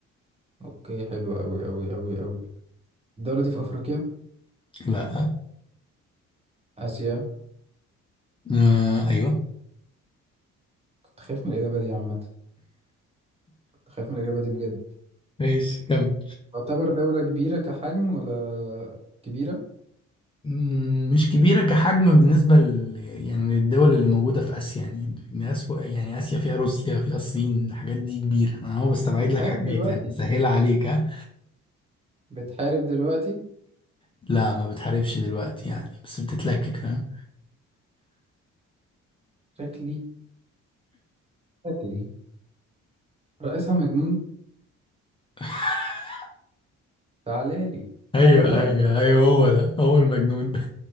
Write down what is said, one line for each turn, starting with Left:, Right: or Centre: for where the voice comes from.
Right: اوكي حلوة اوي اوي اوي اوي الدولة دي في افريقيا
Left: لا
Right: اسيا
Left: آه ايوه
Right: كنت خايف من الاجابة دي عامة كنت خايف من الاجابة دي بجد
Left: ماشي كمل
Right: تعتبر دولة كبيرة كحجم ولا كبيرة
Left: مم، مش كبيرة كحجم بالنسبة ل... يعني للدول اللي موجودة في آسيا يعني يعني أسو... يعني آسيا فيها روسيا فيها الصين الحاجات دي كبيرة أنا هو بستبعد
Right: بتحارب
Left: لك حاجات
Right: دلوقتي
Left: يعني مسهلة عليك ها
Right: بتحارب دلوقتي
Left: لا ما بتحاربش دلوقتي يعني بس بتتلكك فاهم
Right: شكلي شكلي رئيسها مجنون
Left: <laughs>
Right: تعالالي
Left: ايوه
Right: تعالالي
Left: ايوه ايوه هو ده هو المجنون ده